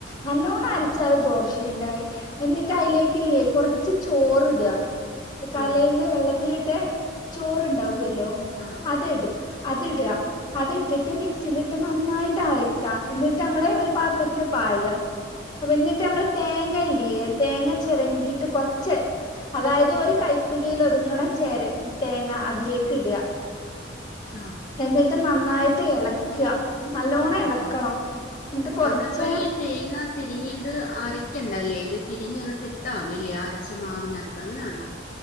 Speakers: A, on the left; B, on the left.
A: നല്ലോണം അരച്ചാത്
B: ആ ആ
A: ദോഷേന്റായി എന്നിട്ട് അയിലേക്കില്ലേ കുറച്ച് ചോറ് ടാ തലേന്ന്
B: ആ ആ
A: വെള്ളത്തിലിട്ടെ ചോറ്ണ്ടാവോല്ലോ
B: ആ ആ
A: അതെട്ക്കാ അത് ടാ അത്ട്ടിട്ട് മിക്സിയിലിട്ട് നന്നായിട്ട് അരക്കാ എന്നിട്ട് നമ്മളെ ഒരു പാത്രത്തില്ൽ പാരാ
B: <inaudible>
A: പിന്നിട്ട് നമ്മള് തേങ്ങല്ലേ തേങ്ങ ചെരണ്ടിട്ട് കൊറച്ച് അതായത് ഒരു കൈപ്പിടിയിൽ ഒതുങ്ങ്ണ ചേര തേങ്ങ അതിലേക്ക് ഇടാ
B: ആ
A: എന്നിട്ട് നന്നായിട്ട് എളക്ക നല്ലോണം
B: ഉം,
A: എളക്കണം
B: ഉം.
A: എന്നിട്ട് കൊറച്ച്
B: നമ്മളപ്പോ ഈ തേങ്ങ തിരിങ്ങിയത് അരക്കണ്ടല്ലേ ഇനി തിരിങ്ങി അക തിട്ടാതി ല്ലേ അരച്ച മാവിനകത്ത് അങ്ങനെയാണോ